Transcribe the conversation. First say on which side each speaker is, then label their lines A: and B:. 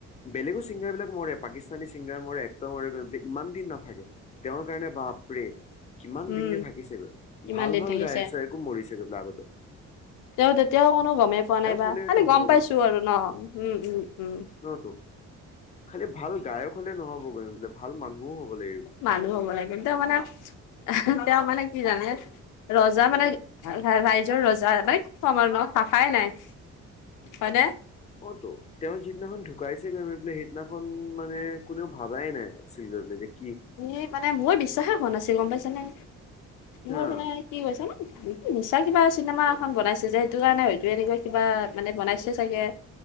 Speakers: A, on the left; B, on the left.
A: বেলেগো ছিংগাৰ বিলাক মৰে পাকিস্তানী ছিংগাৰ মৰে, এক্টৰ মৰে, গৈ পেলে ইমান দিন নাথাকে। তেওঁৰ কাৰণে বাপৰে, কিমান
B: উম,
A: দিন যে থাকিছিল,
B: ইমান
A: ভাল
B: দিন
A: ভাল
B: থাকিছে
A: গায়কচে <unintelligible>
B: তেঁও তেতিয়াও অকোনো গমেই পোৱা নাইবা
A: হলে
B: খালি
A: নহব
B: গম পাইছো আৰু ন' উম, উম, উম,
A: অ', তো, খালি ভাল গায়ক হ'লে নহ'বগৈ ভাল মানুহও হব লাগিব।
B: মানুহ হ'ব লাগে তেওঁ মানে, তেওঁ মানে কি জানে? ৰজা মানে, ৰাইজৰ ৰজা মানে কি কম আৰু ন' ভাষাই নাই। হয়নে?
A: অ', তো, তেওঁৰ যিদিনাখন ঢুকাইছে গৈ গৈ পেলাই সেইদিনাখন, মানে কোনেও ভাবাই নাই ছিলে <unintelligible>
B: এ মানে মোৰ বিশ্বাসে হোৱা নাছিল গম পাইছা নে,
A: হা
B: মোৰ মানে <unintelligible> মিছা কিবা চিনেমা এখন বনাইছে যে সেইটো কাৰণে হয়তো এনেকুৱা কিবা, মানে বনাইছে চাগে।